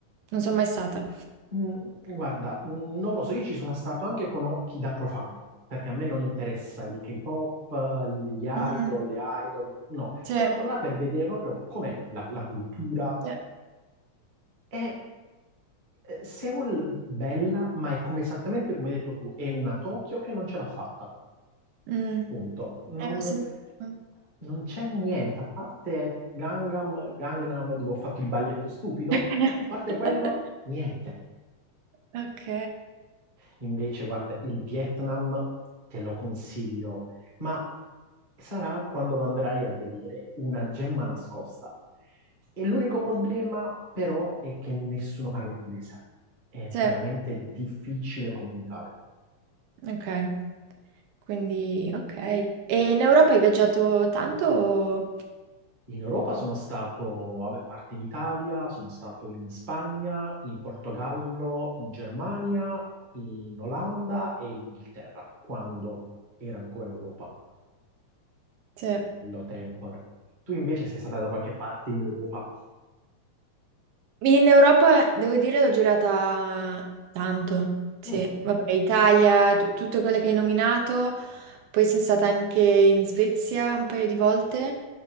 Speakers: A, on the right; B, on the right.
A: Non sono mai stata.
B: Mm, Guarda, mm, non lo so, io ci sono stato anche con occhi da profano, perché a me non interessa il K-pop, gli idol,
A: Mm,
B: le idol, no,
A: Cioè,
B: sono andato là per vedere proprio com'è la, la cultura.
A: cioè,
B: È eh, Seoul bella, ma è come esattamente come hai detto tu, è una Tokyo che non ce l'ha fatta,
A: mm,
B: punto. Non,
A: eh, ho sentito.
B: non c'è niente, a parte Gangnam, Gangnam dove ho fatto il balletto stupido,
A: <laughs>
B: a parte quello, niente.
A: Ok,
B: Invece, guarda, il Vietnam te lo consiglio, ma sarà quando lo andrai a vedere una gemma nascosta. E l'unico problema, però, è che nessuno parla inglese. È
A: cioè,
B: veramente difficile comunicare.
A: ok, quindi ok. E in Europa hai viaggiato tanto? o-
B: In Europa sono stato, vabbè, a parte in Italia, sono stato in Spagna, in Portogallo, in Germania, in Olanda e in Inghilterra, quando era ancora Europa,
A: Sì.
B: lo tempore. Tu invece sei stata da qualche parte in Europa?
A: In Europa, devo dire, l'ho girata tanto. Sì,
B: Mm,
A: vabbè, Italia, tu- tutte quelle che hai nominato. Poi sono stata anche in Svezia un paio di volte.